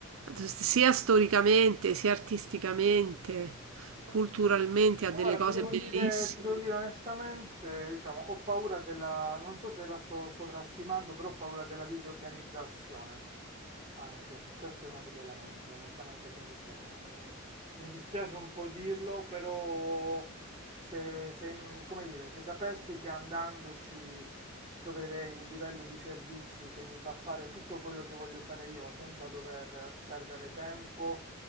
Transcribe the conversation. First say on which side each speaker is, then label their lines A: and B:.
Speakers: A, on the right (about 70°); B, on the right (about 30°).
A: sia storicamente, sia artisticamente, culturalmente ha delle
B: Ora
A: cose
B: ti devo
A: bellissime.
B: dire, ti devo dire onestamente, diciamo, ho paura della, non so se la sto sovrastimando, però ho paura della disorganizzazione. Anche, questo è uno degli elementi, onestamente, che mi frena. Mi, mi dispiace un po' dirlo, però se, se, mm, come dire, se sapessi che andandoci troverei un livello di servizi che mi fa fare tutto quello che voglio fare io senza dover perdere tempo,